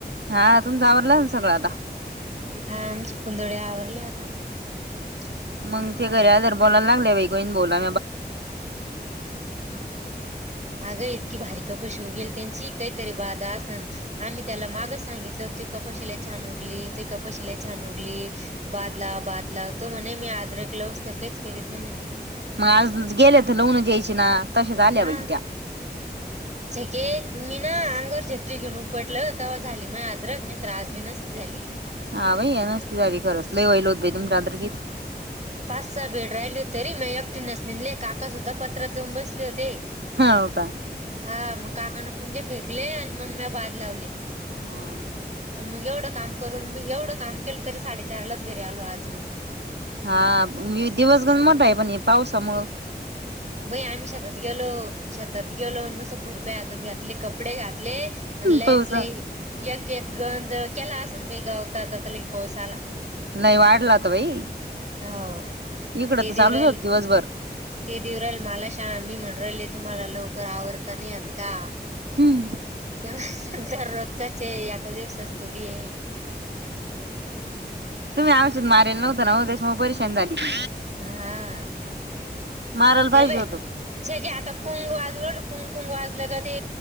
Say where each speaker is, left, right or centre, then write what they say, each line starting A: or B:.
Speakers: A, on the right; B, on the right.
A: हा तुम्ही आवरलन सगळं आता.
B: हा आमची कुंदोळी आवरले आता.
A: हम् मग ते घराधर बोलालागल्या बाई <unintelligible> बोला
B: अगं इतकी भारी <unintelligible> गेल त्यांची काहीतरी बाधा असन आम्ही त्याला माग सांगितलं तू <unintelligible> छान उगली तु <unintelligible> छान ली बादला बादला तो म्हणे मी आदरक लवस तर काहीच करीत नाही मीनई.
A: मग आज ज गेले तर लऊनच जा्ययची ना. तशाच आल्या
B: हा
A: बाई त्या
B: छकेत मी ना अंगावर छत्री घेऊन उपटलं तवा झाली माय अद्रक नाही तर आज बी नसती झाली.
A: हा बई नसती झाली खरंच लईवाईल लोत तुमच्यादरगीत
B: पाच सहा बेड राहिले होते तरी मी एकठीेनच निेनले काकासुद्धा पत्रात जाऊन बसले होते.
A: हा हो का
B: हा मग काकानं पुणजे फेकले आणि मग म्या बाद लावले.
A: हा
B: मग एवढं काम करून मी एवढं काम केलं तरी साडेचार लाच घरी आलो आज बी.
A: हा मी दिवसगण मोठा ये पण हे पावसामुळं
B: बई आम्ही शतात गेलो शातात गेलो नुस खुरप्या आतात घातले कपडे आत ले न लयचं
A: पावसा
B: लई एक एक गंज केला असेल बाई गावताचा तर लगे पाऊस आला.
A: नाही वाढला होता बाई
B: हो
A: इकडं
B: ते
A: तर चालूच
B: देऊ रायले
A: होत दिवसभर
B: ते देऊ राहील मला शा मी म्हणु रायले तुम्हाला लवकर आवरता नाई येत का?
A: हम्म
B: तेव्हा दररोजचच ये एका दिवसाात थोडी ये.
A: तुम्ही औषध मारेला नव्हतां ना ओ त्याच्यामुळं परिशान झाली ती.
B: हा
A: मारायला पाहिजे
B: नाय बय
A: होतं
B: सगे आता कुंग वाज कुंगंकुंग वाजलं का ते